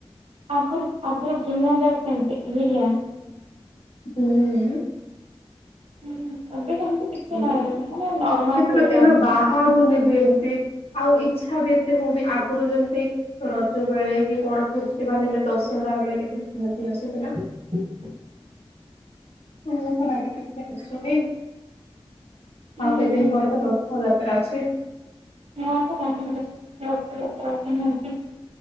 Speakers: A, on the right; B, on the left.
A: ଆଗରୁ ଆଗରୁ ଭିଲିଆନ୍‌ ଲାଗେ କେମିତି ଭିଲିଆନ୍‌।
B: ହୁଁ।
A: <unintelligible>
B: ସେପଟେ
A: ମାନେ ନର୍ମାଲ ଫିଲ୍ମ
B: ଏବେ
A: ଆଜିକାଲି।
B: ବାହାରୁ ନି ବି ଏମତି ଆଉ ଇଚ୍ଛା ବି ଏତେ ହଉନି ଆଗରୁ ଯେମିତି ରଜ ବେଳେ କି କଣ ଫେଷ୍ଟିଭାଲ ହେଲେ ଦଶହରା ବେଳେ କେମିତି ମୁଭି ଆସୁଥିଲା।
A: <inaudible>
B: ମୁଁ ପରା ଏବେ କେତେ ଆୁସୁନି?
A: ହୁଁ
B: ଆଉ କେତେ ଦିନ ପରେ ତ ରଥଯାତ୍ରା ଅଛି?
A: <unintelligible>